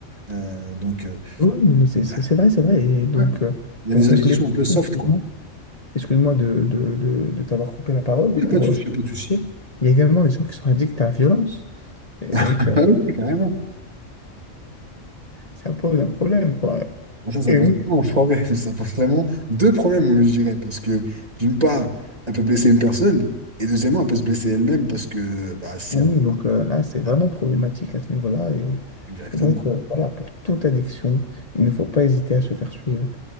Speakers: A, on the right; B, on the left.
A: Euh, donc, euh,
B: Oui, oui, non, mais c'est
A: il
B: c'est-
A: y a
B: c'est vrai, c'est vrai. Et donc,
A: ouais,
B: euh,
A: il
B: pour
A: y a des
B: compléter,
A: addictions un peu soft,
B: excuse-moi,
A: quoi.
B: excuse-moi de, de, de, de t'avoir coupé la parole,
A: Il n'y
B: pour,
A: a pas de souci,
B: euh,
A: il y a pas de souci.
B: il y a également des gens qui sont addicts à la violence. Et donc,
A: <laughs>
B: euh,
A: Ah oui, carrément.
B: ça pose un problème, quoi.
A: Ah, Ça, ça
B: Et
A: pose
B: oui,
A: vraiment un problème. <laughs> Ça pose vraiment deux problèmes, moi, je dirais. Parce que, d'une part, elle peut blesser une personne. Et deuxièmement, elle peut se blesser elle-même parce que, bah, c'est.
B: oui,
A: un-
B: donc euh, là, c'est vraiment
A: ah,
B: problématique à ce niveau-là. Et,
A: Exactement.
B: et donc, euh, voilà, pour toute addiction, il ne faut pas hésiter à se faire suivre